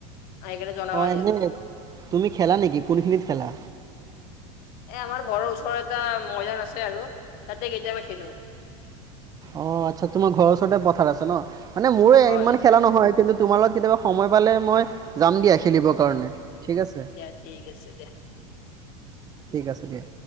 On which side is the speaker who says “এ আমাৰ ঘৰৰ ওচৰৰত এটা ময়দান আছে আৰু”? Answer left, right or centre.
Left